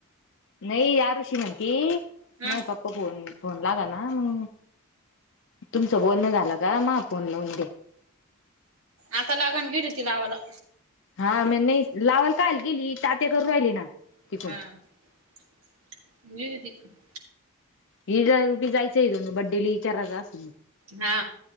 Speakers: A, on the left; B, on the right.
A: नई याारु श्रीमती
B: हा
A: माई पप फोन फोन लागा ना मग तुमचं बोलणं झालं का म फोन लावून दे
B: आता लागान गेली होती लावाला
A: हा म नाही लावाल काल गेली तात्या करू राहिली ना
B: हाेत
A: तिकून
B: त
A: ही जायचंय जाोन बड्डेली चारा अस
B: हा